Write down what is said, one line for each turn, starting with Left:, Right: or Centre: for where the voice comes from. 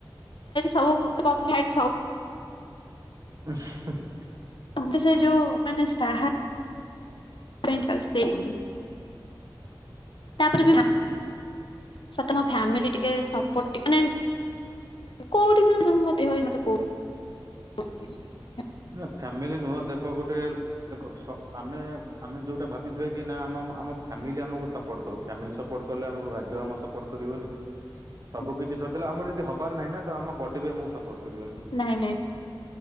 Left: ସବୁ <unintelligible>
Right: ଉଁ ହୁଁ।
Left: ମତେ ସେ ଯୋଉ ମାନେ ସାହା <unintelligible> ତାପରେ
Right: ହୁଁ
Left: ବି ସ ତମ ଫ୍ୟାମିଲି ଟିକେ ସପୋର୍ଟିଙ୍ଗ ମାନେ କୋଉଠି ମ <unintelligible> କହ <unintelligible>
Right: ନା। ଫ୍ୟାମିଲି ନୁହଁ। ଦେଖ ଗୋଟେ ଦେଖ। ଆମେ, ଆମେ ଯୋଉଟା ଭାବିିବେ। କି ନା, ଆମ ଆମ ଫାମିଲି ଆମକୁ ସପୋଟ କରୁ। ଫାମିଲି ସପୋର୍ଟ କଲେ, ଆମକୁ ଭାଗ୍ୟ ଆମ ସପୋର୍ଟ କରିବନି।
Left: <inaudible>
Right: ସବୁ କିଛି ସରିଥିଲା। ଆର ଯଦି ହବାର ନାହିଁ ନା, ତ ଆମ ବଡି ବି ଆମକୁ ସପୋର୍ଟ କରିବନି।
Left: ନାଇଁ। ନାଇଁ।